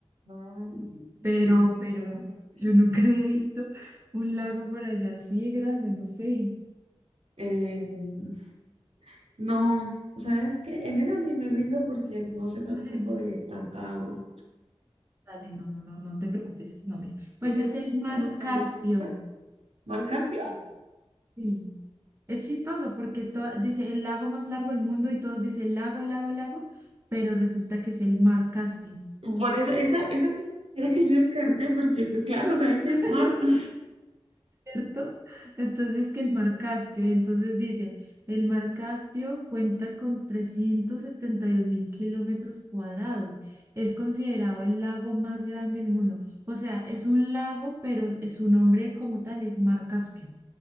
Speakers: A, on the right; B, on the right.
A: Ay,
B: Pero,
A: pensé que ese
B: pero
A: era de Brasil.
B: yo nunca había visto un lago por allá así grande, no sé.
A: Eh, no, ¿sabes qué? En esa sí me rindo porque no sé tampoco
B: <laughs> Dale,
A: de tanta agua.
B: no, no, no, no te preocupes. No, mira. Pues
A: Si te
B: es
A: sale
B: el mar
A: como la
B: Caspio.
A: respuesta, ¿mar Caspio?
B: Sí. Sí. Es chistoso porque to- dice el lago más largo del mundo y todos dicen lago, lago, lago, pero resulta que es el mar Caspio.
A: Por eso, esa, esa fue la primera que yo descarté porque, pues claro, o sea, dice
B: <laughs>
A: mar. <laughs>
B: ¿cierto? Entonces que el mar Caspio, y entonces dice, el mar Caspio cuenta con trescientos setenta y dos mil kilómetros cuadrados, es considerado el lago más grande del mundo, o sea, es un lago, pero su nombre como tal es mar Caspio,